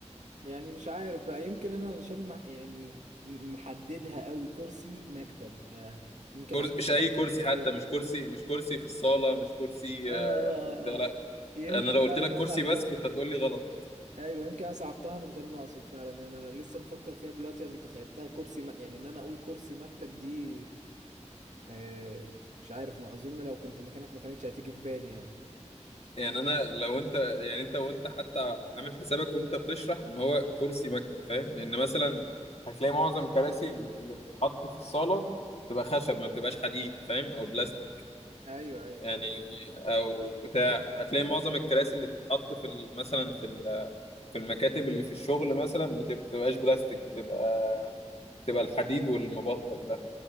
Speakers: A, on the right; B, on the left.
A: يعني مش عارف بقى يمكن انا علشان مع يعني م- محددها قوي كرسي مكتب فيمكن
B: كرسي
A: عشان
B: مش
A: كده
B: اي
A: ما
B: كرسي
A: جاتش
B: حتى
A: في بالي.
B: مش كرسي مش كرسي في الصاله مش كرسي
A: اه اه
B: آه، في البتاع
A: اه
B: لا
A: آه. يمكن
B: انا لو قلت
A: فعلا
B: لك
A: انا
B: كرسي
A: صعبتها
B: بس كنت هتقول لي غلط
A: ايوه يمكن انا صعبتها من غير ما اقصد فعلا انا أنا لسه مفكر فيها دلوقتي لما تخيلتها كرسي م... يعني ان انا اقول كرسي مكتب دي آه مش عارف ما اظن لو كنت مكانك ما كانتش هتيجي في بالي يعني
B: يعني انا لو انت يعني انت وانت حتى عامل حسابك وانت بتشرح ان هو كرسي مكتب فاهم لان مثلا هتلاقي معظم كراسي اللي بتتحط في الصاله بتبقى خشب ما بتبقاش حديد فاهم او بلاستيك
A: ايوه ايوه
B: يعني او بتاع هتلاقي معظم الكراسي اللي بتتحط في ال- مثلا في ال- في المكاتب اللي في الشغل مثلا بتبقى- بتبقاش بلاستيك بتبقى بتبقى الحديد والمبطن ده